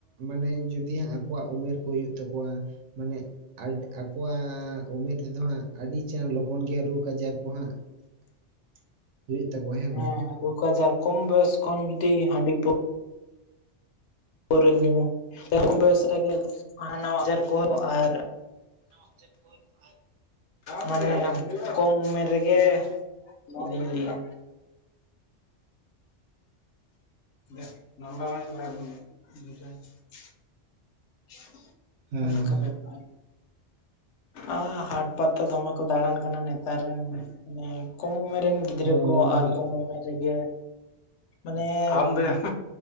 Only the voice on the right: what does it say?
ᱢᱟᱱᱮ ᱡ ᱡᱩᱫᱤ ᱦᱟᱸᱜ ᱟᱠᱚᱣᱟᱜ ᱩᱢᱮᱨ ᱠᱚ ᱦᱩᱭᱩᱜ ᱛᱟᱠᱚᱣᱟ ᱢᱟᱱᱮ ᱟᱰ ᱟᱠᱚᱣᱟᱜ ᱩᱢᱮᱨ ᱛᱮᱫᱚ ᱦᱟᱸᱜ ᱟᱹᱰᱤ ᱪᱟᱬ ᱞᱚᱜᱚᱱ ᱜᱮ ᱨᱳᱜᱽ ᱟᱡᱟᱨ ᱠᱚ ᱦᱟᱸᱜ <unintelligible> ᱦᱩᱭᱩᱜ ᱛᱟᱠᱚᱣᱟ ᱦᱮᱸ ᱵᱟᱝ
<inaudible>
ᱦᱮᱸ ᱦᱮᱸ
ᱦᱚᱸ
ᱱᱚᱣᱟ